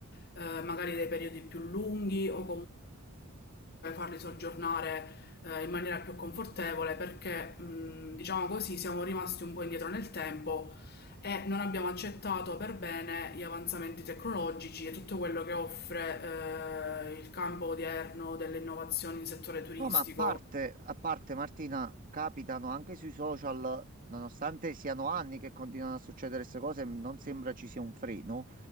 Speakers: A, on the left; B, on the right.
A: eh, magari dei periodi più lunghi o e farli soggiornare eh, in maniera più confortevole perché, mh, diciamo così, siamo rimasti un po' indietro nel tempo e non abbiamo accettato per bene gli avanzamenti tecnologici e tutto quello che offre eh, il campo odierno delle innovazioni in settore turistico.
B: No, ma a parte, a parte Martina, capitano anche sui social, nonostante siano anni che continuano a succedere queste cose, non sembra ci sia un freno.